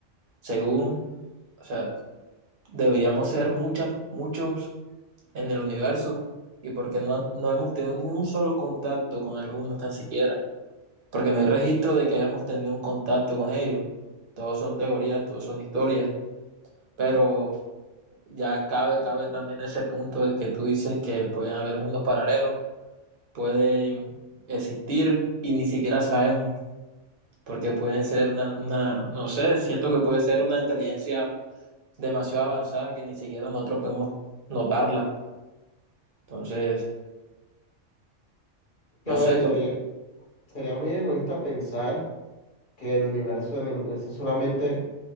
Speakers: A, on the right; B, on the left.
A: según, o sea, deberíamos ser muchas, muchos en el universo y porque no, han- no hemos tenido ni un solo contacto con alguno tan siquiera. porque no hay registro de que hayamos tenido un contacto con ellos. Todos son teorías, todos son historias, pero ya cabe, cabe también ese punto de que tú dices que pueden haber mundos paralelos, pueden existir y ni siquiera sabemos, porque pueden ser una, una no sé, siento que puede ser una inteligencia demasiado avanzada que ni siquiera nosotros podemos notarla. Entonces,
B: que
A: no
B: a ver,
A: sé qué.
B: sería,
A: op-
B: sería muy egoísta pensar que el universo, en el universo solamente